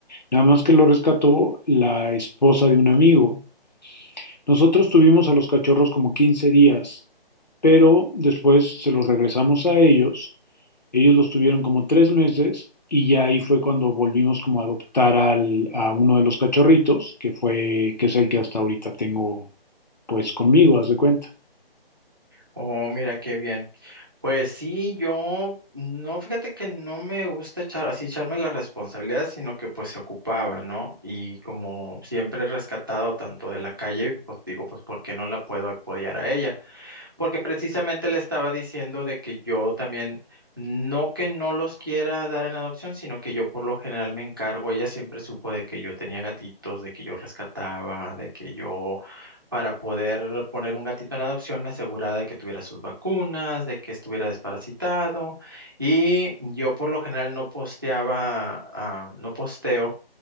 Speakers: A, on the left; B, on the right.
A: Nada más que lo rescató la esposa de un amigo. Nosotros tuvimos a los cachorros como 15 días, pero después se los regresamos a ellos. Ellos los tuvieron como tres meses y ya ahí fue cuando volvimos como a adoptar al- a uno de los cachorritos, que fue, que es el que hasta ahorita tengo pues conmigo, haz de cuenta.
B: Oh, mira qué bien. Pues sí, yo no, fíjate que no me gusta echar así echarme la responsabilidad, sino que pues se ocupaba, ¿no? Y como siempre he rescatado tanto de la calle, pues digo, pues ¿por qué no la puedo apoyar a ella? Porque precisamente le estaba diciendo de que yo también, no que no los quiera dar en adopción, sino que yo por lo general me encargo. Ella siempre supo de que yo tenía gatitos, de que yo rescataba, de que yo para poder poner un gatito en adopción me aseguraba de que tuviera sus vacunas, de que estuviera desparasitado. Y yo por lo general no posteaba, ah, no posteo,